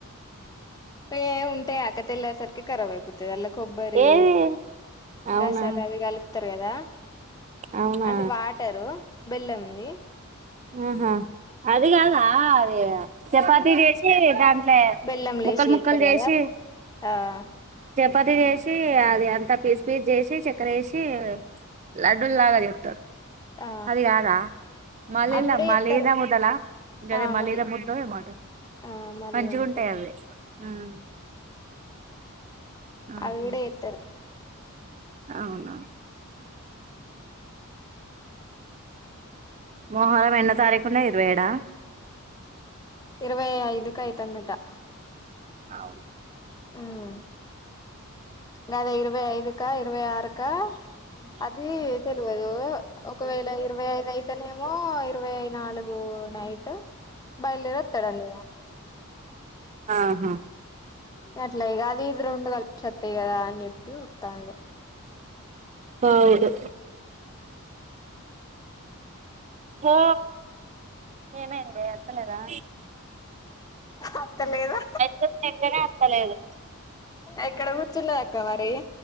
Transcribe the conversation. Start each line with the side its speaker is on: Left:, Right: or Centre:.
Left: ఏ ఉంటే అక్క తెల్లారే సరికి కరాబైపోతాయి అల్లాక్ కొబ్బరి
Right: ఏది అవునా
Left: గసాలు అవి కలుపుతారు కదా
Right: అవునా
Left: అంటే వాటరు బెల్లంముంది
Right: ఆహా అదిగాదా అది చపాతి చేసి దాంట్లో
Left: బెల్లం
Right: ముక్కలు
Left: లేసి చేస్తారు
Right: ముక్కలు జేసి
Left: కదా ఆ
Right: పది చేసి అది అంత పీస్ పీస్ చేసి చక్కర వేసి లడ్ల్గ దెత్తారు
Left: ఆ
Right: అదిగాదా లేల్లే
Left: అవి కూడా
Right: అమ్మ
Left: చేస్తారు
Right: లేదంగా ఉండాలా గదే
Left: ఆ
Right: మలీద
Left: మళ్ళీ
Right: ముద్దమెమో అంటారు
Left: ఆ మళ్ళీ
Right: మంచిగుంటాయి
Left: ఏదో ముద్దలు
Right: అవి ఉమ్ ఆహా
Left: అవిగూడా ఎత్తరు
Right: అవునా మోహరం ఎన్నో తారీకున్నా ఇరవై ఏడా
Left: ఇరవై ఐదుకు అయితందటా
Right: అవును
Left: ఉమ్ గదా ఇరవై ఐదుకా ఇరవై ఆరుకా అది తెలివదు ఒకవేళ ఇరవై ఐదు అయితేనేమో ఇరవైనాలుగు నైటు బయలుదేరెత్తడండి
Right: ఆహా
Left: అట్లే గాదు ఇది రెండు కలిపితే వత్తయి కదా అని చెప్పి వత్తడడు
Right: అవును ఓ ఏమైంది ఎత్తలేదా
Left: అత్తలేదు
Right: క్రీమ్ తింటేనే అత్తలేదు
Left: ఎక్కడ కూర్చున్నది అక్క మరి